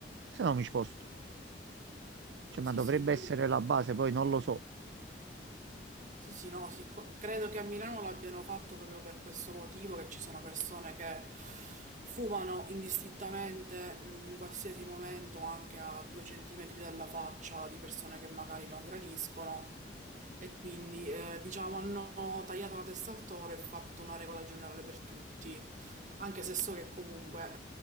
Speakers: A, on the right; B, on the right.
A: se no mi sposto. Cioè,
B: Sì,
A: ma dovrebbe
B: sì, quello.
A: essere la base, poi non lo so.
B: Sì, sì, no, sì, qua- credo che a Milano l'abbiano fatto proprio per questo motivo, che ci sono persone che fumano indistintamente mh, in qualsiasi momento, anche a due centimetri dalla faccia di persone che magari non gradiscono, e quindi eh, diciamo hanno tagliato la testa al toro e fatto una regola generale per tutti, anche se so che comunque